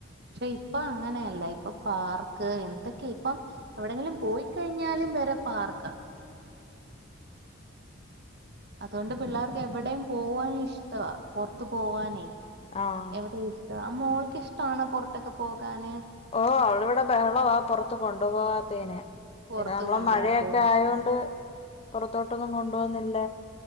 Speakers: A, on the right; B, on the left.
A: പക്ഷെ ഇപ്പൊ അങ്ങനെയല്ല ഇപ്പൊ പാർക്ക് എന്തൊക്കെയ ഇപ്പ എവിടെങ്കിലും പോയിക്കഴിഞ്ഞാലും വരെ പാർക്ക അതുകൊണ്ട് പിള്ളേർക്ക് എവിടേം പോവാന് ഇഷ്ടവാ പുറത്ത് പോവാനേ
B: ആഹ്
A: എവിടെ ഇഷ്ടാ ആഹ് മോൾക്ക് ഇഷ്ടാണോ പുറത്തൊക്കെ പോകാന്
B: ഓഹ് അവളിവിടെ ബഹളവാ പുറത്ത് കൊണ്ടു പോവാത്തേനെ
A: പുറത്ത്
B: പിന്നെ നമ്മള
A: കൊണ്ടുപോകാത്തേന്
B: മഴയൊക്കെ ആയൊണ്ട് പുറത്തോട്ടൊന്നും കൊണ്ട് പോകുന്നില്ല